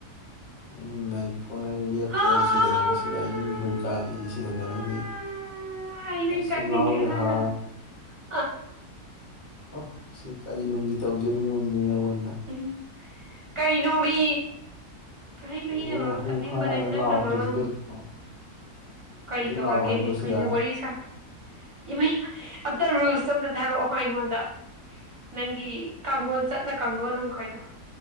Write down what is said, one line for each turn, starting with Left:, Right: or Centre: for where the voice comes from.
Left: ꯑꯩ ꯅꯥꯏꯈꯣꯅꯪ ꯂꯦꯞꯄꯣꯍꯥꯏꯔꯤ
Right: ꯍꯩ
Left: ꯁꯤꯗꯅꯦ ꯁꯤꯗ ꯑꯩ ꯃꯤꯍꯨꯟ ꯀꯥꯛꯏ ꯁꯤꯗꯅꯦ ꯍꯥꯏꯗꯤ꯫
Right: ꯃꯍꯤ
Left: ꯑꯩꯁꯨ
Right: ꯊꯛꯅꯤꯡꯉꯦ
Left: ꯉꯥꯎꯔꯦꯍꯥ
Right: ꯅꯪꯒꯅ ꯑ
Left: ꯑꯣ ꯁꯤ ꯀꯔꯤ ꯅꯨꯡꯒꯤ ꯇꯧꯖꯔꯨ ꯇꯨꯝꯃꯣꯗꯨꯗꯤ ꯅꯉꯣꯟ
Right: ꯎꯝ꯫ ꯀꯩꯅꯣꯃꯤ꯫ ꯍꯩ
Left: ꯀꯩꯅꯣꯅ
Right: ꯃꯍꯤꯅ ꯃꯔꯣꯝ
Left: ꯍꯨ
Right: ꯊꯛꯅꯤꯡꯕꯅꯦ
Left: ꯍꯥꯅ
Right: ꯅꯪꯅ
Left: ꯂꯥꯎꯈ꯭ꯔꯤꯁꯤ
Right: ꯃꯔꯣ ꯑꯃ꯫
Left: ꯀꯔꯤꯒꯤꯅꯣ
Right: ꯀꯔꯤ
Left: ꯑꯗꯨ
Right: ꯇꯧꯔꯒꯦ
Left: ꯂꯥꯎ ꯍꯥꯏꯕ꯭ꯔꯣ
Right: ꯀꯩꯅ
Left: ꯁꯤꯗ
Right: ꯋꯥꯔꯤ ꯁꯥ ꯏꯃꯩꯃ ꯑꯞꯇ ꯔꯨꯁ꯫ ꯁꯨꯝꯗ ꯊꯥꯔꯛꯑꯣ ꯑꯩꯉꯣꯟꯗ ꯅꯪꯒꯤ ꯀꯥꯡꯂꯣꯟ ꯆꯠꯅ ꯀꯥꯡꯂꯣꯟ ꯑꯃꯈꯣꯏꯗꯣ